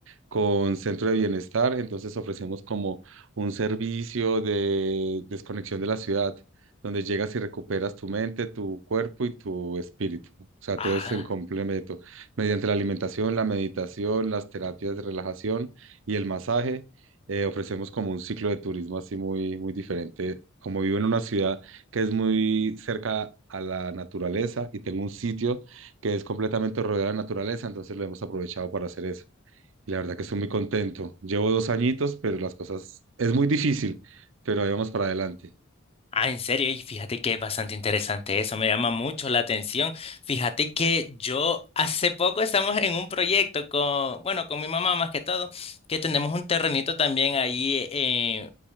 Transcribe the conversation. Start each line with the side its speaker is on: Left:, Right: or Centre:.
Right: con Centro de Bienestar, entonces ofrecemos como un servicio de desconexión de la ciudad, donde llegas y recuperas tu mente, tu cuerpo y tu espíritu. O sea,
Left: Ah,
Right: todo es en complemento, mediante la alimentación, la meditación, las terapias de relajación y el masaje. eh, ofrecemos como un ciclo de turismo así muy, muy diferente. Como vivo en una ciudad que es muy cerca a la naturaleza y tengo un sitio que es completamente rodeado de naturaleza, entonces lo hemos aprovechado para hacer eso. Y la verdad que estoy muy contento. Llevo dos añitos, pero las cosas es muy difícil, pero ahí vamos para adelante.
Left: Ah, en serio, y fíjate que es bastante interesante eso, me llama mucho la atención. Fíjate que yo hace poco estamos en un proyecto con, bueno, con mi mamá más que todo, que tenemos un terrenito también ahí eh,